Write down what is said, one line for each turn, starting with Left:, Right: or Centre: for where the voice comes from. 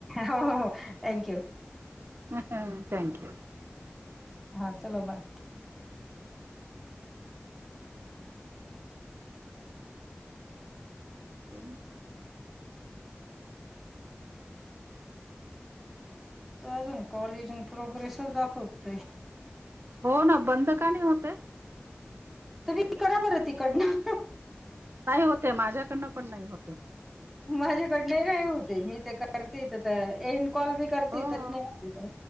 Centre: हो हो थँक्
Right: ह ह थँक्यू.
Centre: हा, चलो बाय.
Right: हमम
Centre: त अजून कॉल ईन प्रोग्रेसच दाखवतय.
Right: हो ना बंद का नाही होतय
Centre: तुम्ही करा बर तिकडन.
Right: नाही होत हे. माझ्याकडन पण नाही होते.
Centre: माझेकडन नाही होते. मी ते करते त एन्ड कॉल बी करते
Right: हो
Centre: तरी
Right: हो.
Centre: नाही होते.